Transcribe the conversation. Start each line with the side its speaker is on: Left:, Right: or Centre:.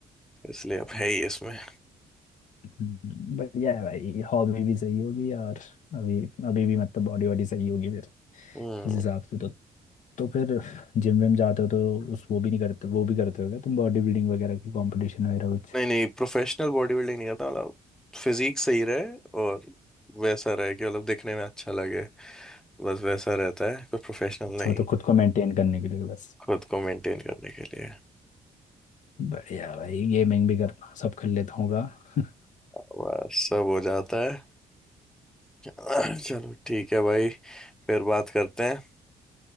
Centre: इसलिए अब है ही इसमें
Left: हम्म, बढ़िया है भाई हॉबी भी सही होगी और अभी अभी भी मतलब बॉडी वॉडी सही होगी
Centre: हम्म
Left: इस हिसाब से तो तो फिर जिम विम जाते हो तो उस वो भी नहीं करते वो भी करते हो क्या तुम बॉडी बिल्डिंग वगैरह की कंपटीशन वगैरह कुछ
Centre: नहीं नहीं प्रोफेशनल बॉडी बिल्डिंग नहीं करता मतलब फिजिक सही रहे और वैसा रहे कि मतलब दिखने में अच्छा लगे बस वैसा रहता है कोई प्रोफेशनल
Left: अच्छा
Centre: नहीं
Left: मतलब खुद को मेंटेन करने के लिए बस
Centre: खुद को मेंटेन करने के लिए
Left: बढ़िया भाई गेमिंग भी करता हूँ सब कर लेता हूँ गा <laughs>
Centre: बस सब हो जाता है <clears throat> चलो ठीक है भाई फिर बात करते हैं